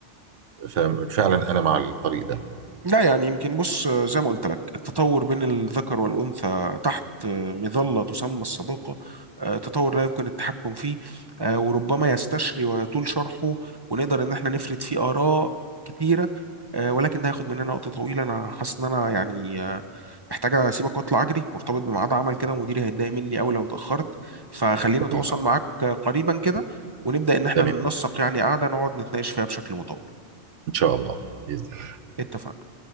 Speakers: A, on the right; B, on the right.
A: ففعلا انا مع الطريق ده
B: لا يعني يمكن بص زي ما قلت لك التطور بين الذكر والأنثى تحت مظلة تسمى الصداقة آه، تطور لا يمكن التحكم فيه آه، وربما يستشري ويطول شرحه ونقدر إن احنا نفرد فيه آراء كتيرة آه، ولكن ده هياخد مننا وقت طويل أنا حاسس إن أنا يعني آه، محتاج أسيبك وأطلع أجري مرتبط بميعاد عمل كده ومديري هيتضايق مني أوي لو اتأخرت فخلينا أتواصل
A: تمام
B: معاك قريبا كده ونبدأ إن احنا
A: تمام
B: ننسق يعني قعدة نقعد نتناقش فيها بشكل مطول
A: ان شاء الله بإذن
B: اتفقنا